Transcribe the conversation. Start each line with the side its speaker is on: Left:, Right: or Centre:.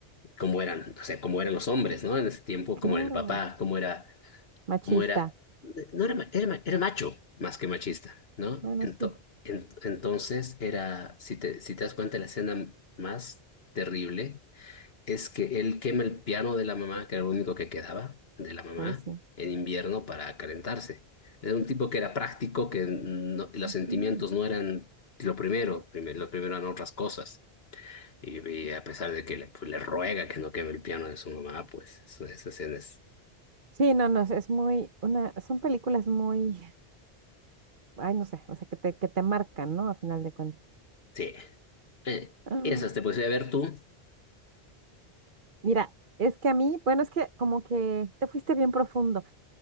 Left: cómo eran, o sea, cómo eran los hombres, ¿no? En ese tiempo,
Right: Claro.
Left: cómo era el papá, cómo era,
Right: Machista.
Left: cómo era, no era, ma- era, ma- era macho más que machista, ¿no?
Right: Bueno,
Left: Ento-
Right: sí,
Left: en- entonces era, si te, si te das cuenta, la escena más terrible es que él quema el piano de la mamá, que era lo único que quedaba de la mamá,
Right: hoy sí.
Left: en invierno para calentarse. Era un tipo que era práctico, que no- los
Right: Ujú.
Left: sentimientos no eran lo primero, primero, lo primero eran otras cosas. Y, y a pesar de que le, pues, le ruega que no queme el piano de su mamá, pues eso- esas escenas
Right: Sí, no, no, es es muy, una, son películas muy, <laughs> ay, no sé, o sea, que te, que te marcan, ¿no? A final de cuentas.
Left: Sí. Eh,
Right: Ah,
Left: esas te puedes ir a ver tú.
Right: Mira, es que a mí, bueno, es que como que te fuiste bien profundo.